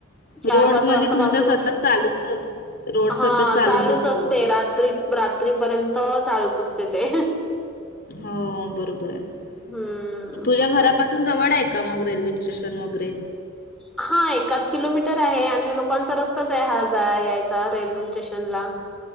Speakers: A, in the centre; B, on the left (about 45°).
A: चार
B: रोड
A: पाच
B: म्हणजे
A: वाजतापासूनच
B: तुमचा सतत चालूच अस रोड सतत
A: हा चालूच
B: असतो.
A: असते रात्री रात्रीपर्यंत चालूच असतय ते.
B: हो बरोबर आहे
A: हं,
B: तुझ्या
A: असं
B: घरापासून
A: आहे.
B: जवळ हाय का मग रेल्वे स्टेशन वगैरे.
A: हा एकाद किलोमीटर आहे आणि लोकांचा रस्ताच आहे हा जा यायचा रेल्वे स्टेशनला.